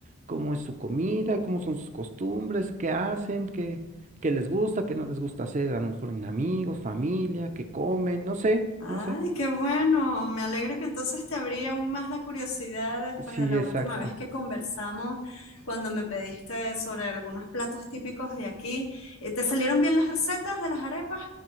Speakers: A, on the right; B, on the left.
A: cómo es su comida, cómo son sus costumbres, qué hacen, qué, qué les gusta, qué no les gusta hacer, a lo mejor en amigos, familia, qué comen, no sé,
B: ay,
A: no sé.
B: qué bueno. Me alegra que entonces te abrí aún más la curiosidad después
A: Sí,
B: de la
A: exacto.
B: última vez que conversamos, cuando me pediste sobre algunos platos típicos de aquí. Eh, ¿Te salieron bien las recetas de las arepas?